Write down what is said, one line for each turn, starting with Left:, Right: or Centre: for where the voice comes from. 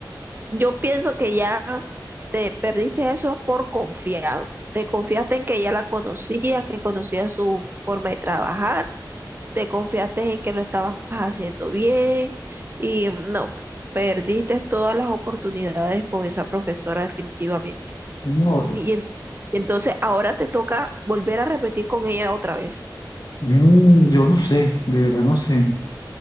Right: yo pienso que ya te perdiste eso por confiado. Te confiaste en que ya la conocías, que conocías su forma de trabajar, te confiaste en que lo estabas haciendo bien y mm, no, perdiste todas las oportunidades con esa profesora definitivamente.
Left: No,
Right: Y, en- y entonces ahora te toca volver a repetir con ella otra vez.
Left: Mm, yo no sé, de verdad no sé.